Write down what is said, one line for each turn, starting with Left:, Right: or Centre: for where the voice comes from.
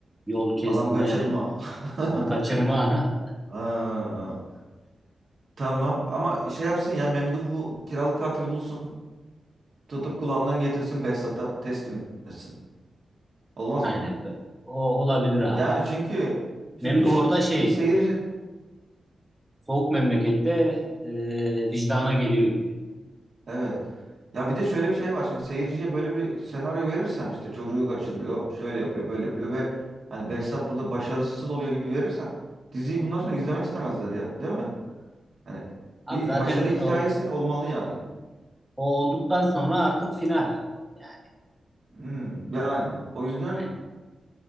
Centre: yol kesme,
Right: adam kaçırma. <laughs>
Centre: Tam kaçırma.
Right: Ha, tamam ama şey yapsın ya Memduh bu kiralık katili bulsun. Tutup kulağından getirsin Behzat'a teslim etsin.
Centre: <laughs>
Right: Olmaz
Centre: Aynen
Right: mı?
Centre: böyle. O olabilir abi.
Right: Yani çünkü çünkü
Centre: Memduh
Right: ş-
Centre: orada şey
Right: şimdi seyirci
Centre: soğuk memlekette e, vicdana geliyor gibi.
Right: evet. Ya bir de şöyle bir şey var. Şimdi seyirciye böyle bir senaryo verirsen işte çocuğu kaçırıyor, şöyle yapıyor, böyle yapıyor ve hani Behzat burada başarısız oluyor gibi verirsen diziyi bundan sonra izlemek istemezler ya, değil mi? Hani
Centre: Abi
Right: bir
Centre: zaten
Right: başarı hikayesi
Centre: o,
Right: de olmalı yani.
Centre: o olduktan sonra artık final. Yani
Right: Hmm, yani o yüzden
Centre: aynen.